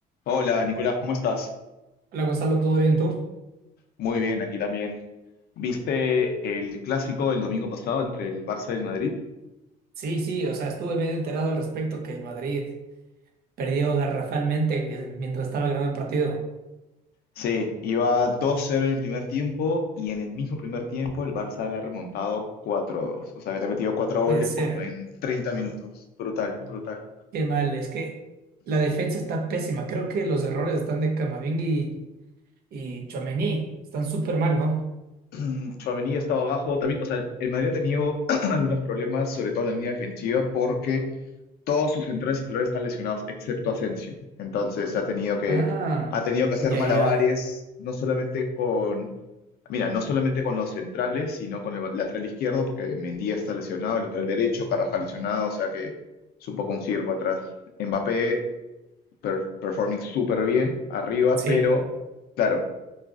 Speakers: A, on the left; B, on the right.
A: Hola, Nicolás, ¿cómo estás?
B: Hola Gonzalo, ¿todo bien tú?
A: Muy bien, aquí también. ¿Viste el clásico el domingo pasado entre el Barça y el Madrid?
B: Sí, sí, o sea, estuve medio enterado al respecto que el Madrid perdió garrafalmente eh, mientras estaba ganando el partido.
A: Sí, iba dos cero en el primer tiempo y en el mismo primer tiempo el Barça le ha remontado cuatro dos. O sea que le ha metido 4 goles
B: Puede ser.
A: como en 30 minutos. Brutal, brutal.
B: Qué mal, es que la defensa está pésima. Creo que los errores están de Camavinga y, y Tchouaméni. Están súper mal, ¿no?
A: <clears throat> Mm, Tchouaméni estaba estado abajo también. O sea, el Madrid ha tenido <clears throat> algunos problemas, sobre todo en la línea defensiva, porque todos sus centrales titulares están lesionados, excepto Asensio. Entonces ha tenido que,
B: Ah,
A: ha tenido que hacer
B: ya,
A: malabares,
B: ya, ya.
A: no solamente con, mira, no solamente con los centrales, sino con el lateral izquierdo, porque Mendía está lesionado, el lateral derecho, Carvajal lesionado, o sea que es un poco un circo atrás. Mbappé per- performing súper bien arriba,
B: Sí,
A: pero claro,